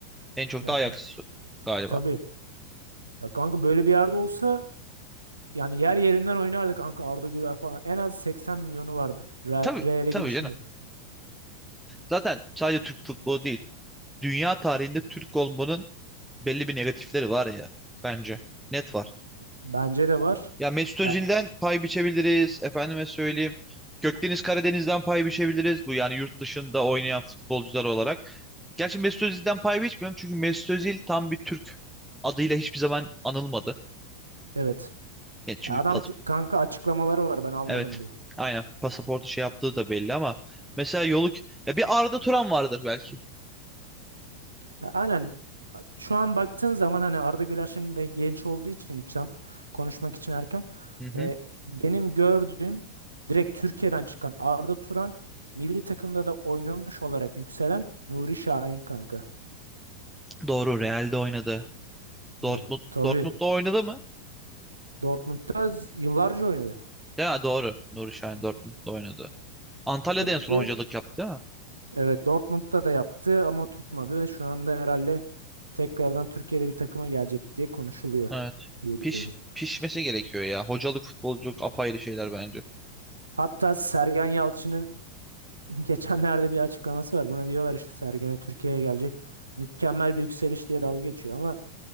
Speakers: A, in the centre; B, on the right.
A: En çok
B: Ya
A: da Ajax galiba.
B: tabii ya kanka böyle bir yerde olsa yani yer yerinden oynardı kanka Arda Güler falan en az 80 milyonu vardı Real,
A: Tabii,
B: Real'e
A: tabii
B: gidişini.
A: canım. Zaten sadece Türk futbolu değil. Dünya tarihinde Türk olmanın belli bir negatifleri var ya. Bence. Net var.
B: Bence de var.
A: Ya Mesut Özil'den
B: Ya bu
A: pay biçebiliriz. Efendime söyleyeyim. Gökdeniz Karadeniz'den pay biçebiliriz. Bu yani yurt dışında oynayan futbolcular olarak. Gerçi Mesut Özil'den pay biçmiyorum. Çünkü Mesut Özil tam bir Türk adıyla hiçbir zaman anılmadı.
B: evet.
A: Yani çünkü
B: Ya adam
A: pas
B: k- kanka açıklamaları var ben Almanım
A: evet.
B: diye.
A: Aynen pasaportu şey yaptığı da belli ama mesela yolu ya bir Arda Turan vardır belki.
B: Ya aynen şu an baktığın zaman hani Arda Güler şimdi de genç olduğu için tam konuşmak için erken.
A: Hı hı.
B: E, benim gördüğüm direkt Türkiye'den çıkan Arda Turan milli takımda da oynamış olarak yükselen Nuri Şahin kanka.
A: Doğru Real'de oynadı.
B: Ya
A: Dortmund
B: tabii
A: Dortmund'da oynadı mı?
B: Dortmund'da z- yıllarca oynadı.
A: Ya doğru. Nuri Şahin Dortmund'da oynadı. Antalya'da
B: Ya
A: en son
B: bir de
A: hocalık yaptı değil mi?
B: evet Dortmund'da da yaptı ama tutmadı. Şu anda herhalde tekrardan Türkiye'de bir takıma gelecek diye konuşuluyor
A: Evet.
B: diye
A: Piş,
B: biliyorum.
A: pişmesi gerekiyor ya. Hocalık, futbolculuk apayrı şeyler bence.
B: Hatta Sergen Yalçın'ın <laughs> geçenlerde bir açıklaması var. Buna diyorlar işte Sergen'e Türkiye'ye gelecek. Mükemmel bir yükseliş diye dalga geçiyor ama